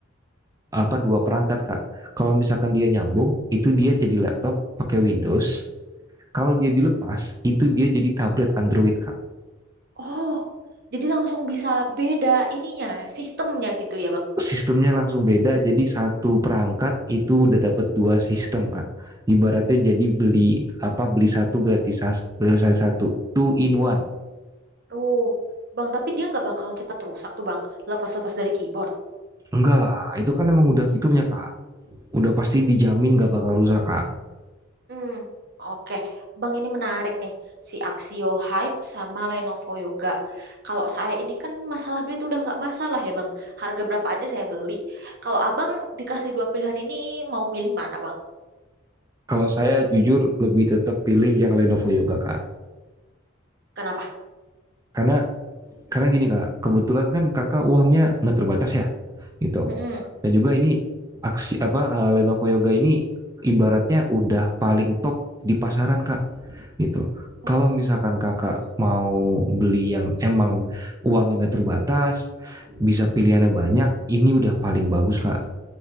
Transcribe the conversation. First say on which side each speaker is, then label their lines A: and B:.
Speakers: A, on the right (about 15°); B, on the right (about 50°).
A: apa dua perangkat Kak. Kalau misalkan dia nyambung, itu dia jadi laptop pakai Windows. Kalau dia dilepas, itu dia jadi tablet Android Kak.
B: Oh, jadi langsung bisa beda ininya, sistemnya gitu ya Bang?
A: sistemnya langsung beda. Jadi satu perangkat itu udah dapat dua sistem, Kak. Ibaratnya jadi beli apa beli satu gratis gratis satu two in one.
B: Uh, bang, tapi dia nggak bakal cepat rusak tuh bang, lepas-lepas dari keyboard.
A: Enggak lah, itu kan emang udah fiturnya, Kak. Udah pasti dijamin gak bakal rusak, Kak.
B: Hmm, oke. Bang, ini menarik nih, si Axio Hype sama Lenovo Yoga. Kalau saya ini kan masalah duit udah nggak masalah ya bang, harga berapa aja saya beli. Kalau abang dikasih dua pilihan ini, mau milih mana bang?
A: Kalau saya jujur lebih tetap pilih yang Lenovo Yoga, Kak.
B: Kenapa?
A: Karena karena gini, Kak. Kebetulan kan Kakak uangnya nggak terbatas ya. gitu.
B: Mm-mm.
A: Dan juga ini aksi apa uh, Lenovo Yoga ini ibaratnya udah paling top di pasaran kak gitu kalau
B: Oh.
A: misalkan kakak mau beli yang emang uangnya nggak terbatas bisa pilihannya banyak ini udah paling bagus kak